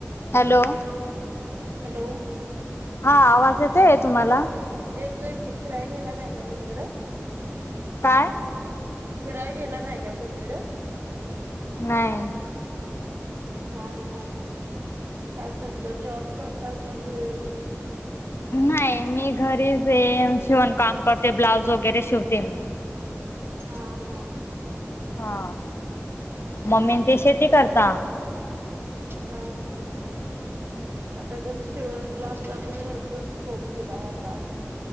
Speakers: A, on the left (about 55°); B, on the right (about 50°).
A: हॅलो
B: हॅलो
A: हा आवाज येतो आहे तुम्हाला
B: येतोय की खुराय गेला नाही का कोणीकड
A: काय?
B: फिरायला गेला नाही का कोणीकड
A: नाही
B: हा हा काय करत जॉब करता का गृहिणी?
A: नाही मी घरीच शिवण काम करते ब्लाऊज वगैरे शिवते म
B: हा हा
A: हा मम्मी ते शेती करता
B: हा हा आता पण शिवून क्लासला पण भरपूर स्कोप दिलाय आता